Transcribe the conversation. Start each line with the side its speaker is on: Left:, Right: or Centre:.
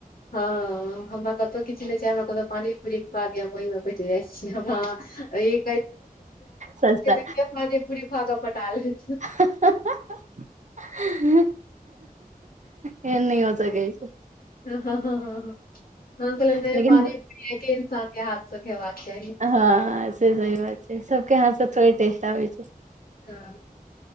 Left: हँ हमरा कतौ किछ नै छै चाही हमरा कतौ पानी पूरी खुआ दिअ हम ओही मे- पैट जा छी हमरा आहाँ ई <unintelligible>
Right: सस्ता
Left: तऽ पानी पूरी खुआकऽ पटालेै छियै।
Right: ह-ह-ह एहन नै हो सकै छै
Left: ह- ह -ह -ह हम कहलियैन नै
Right: लेकिन
Left: पानि पूरी एके इंनसान के हाथ। से खेबाक चाही-
Right: हँ से सही रहै छै सबके हाथसँ थोड़े टेस्ट आबै छै।
Left: हँ।